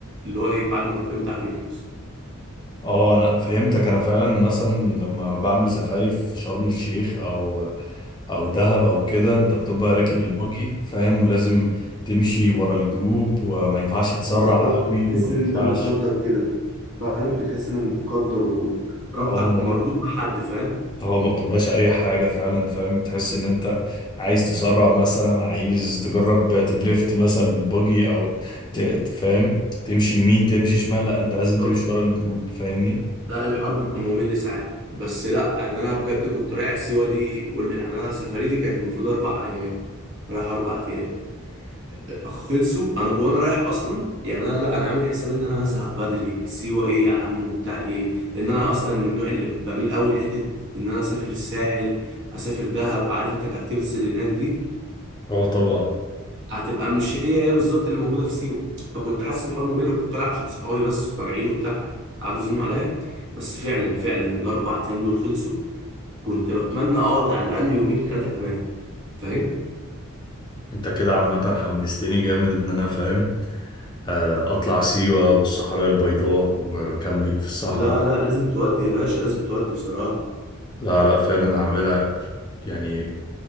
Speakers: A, on the right; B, on the left.
A: اللي هو ايه بعد ما التايم بتاعك يخلص
B: اه انا فهمتك انا فعلا مثلا لما بعمل سفاري في شرم الشيخ او او دهب او كده انت بتبقى راكب البuggy فاهم ولازم تمشي ورا الجروب وما ينفعش تسرع
A: بالظبط
B: قوي
A: بتحس
B: وما ينفعش
A: ان انت متقدر كده فاهم بتحس انك متقدر وربطك
B: اه ما
A: مربوط بحد فاهم
B: اه ما بتبقاش اريح حاجه فعلا فاهم تحس ان انت عايز تسرع مثلا عايز تجرب تدريفت مثلا بالبوجي او ت- ت- فاهم تمشي يمين تمشي شمال لا انت
A: بالظبط
B: لازم تمشي ورا الجروب فاهمني
A: لا الحوار بيبقى ممل ساعات بس لا ان انا بجد كنت رايح سيوه دي قول يعني انا سفريتي كانت المفروض اربع ايام رايح اربع ايام خلصوا انا وانا رايح اصلا يعني انا لا انا عامل حساب ان انا هزهق بدري سيوه ايه يا عم وبتاع ايه لان انا اصلا من النوع اللي بميل قوي لحته ان انا اسافر الساحل اسافر دهب عارف انت الاكتيفيتيز اللي هناك دي
B: اه طبعا
A: هتبقى مش هي هي بالظبط اللي موجوده في سيوه فكنت حاسس ان الحوار ممل وكنت طالع عشان صحابي بس طالعين وبتاع قعدوا يزنوا عليا بس فعلا فعلا الاربع ايام دول خلصوا كنت بتمنى اقعد على الاقل يومين ثلاثه كمان فاهم
B: انت كده عامة حمستني جامد ان انا فاهم آه، اطلع سيوة والصحراء البيضاء وكامبينج في الصحراء
A: لا لا لازم تودي يا باشا لازم تودي بصراحه
B: لا لا فعلا هعملها يعني